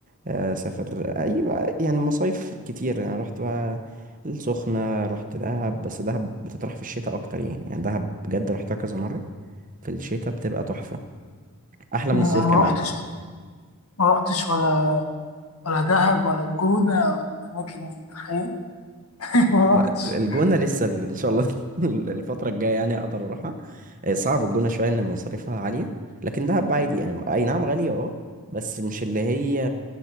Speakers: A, on the right; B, on the left.
A: آه، اسافر ايوه يعني مصايف كتير يعني رحت بقى السخنة رحت دهب بس دهب بتطرح في الشتاء اكتر يعني يعني دهب بجد رحتها كذا مرة في الشتاء بتبقى تحفة احلى
B: انا
A: من الصيف
B: ما
A: كمان
B: رحتش ما رحتش ولا ولا دهب ولا الجونه ولا الاماكن دي تخيل <laughs> ما
A: لا
B: رحتش
A: الجونة لسه ال- ان شاء الله <laughs> الفترة الجاية يعني اقدر اروحها آه، صعب الجونة شوية ان مصاريفها عالية لكن دهب عادي يعني اي نعم غالية اه بس مش اللي هي